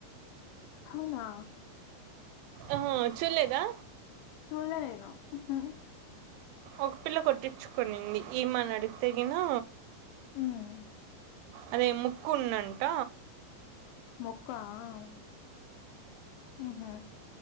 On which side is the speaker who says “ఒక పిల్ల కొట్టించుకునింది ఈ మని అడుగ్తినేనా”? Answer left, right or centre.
Right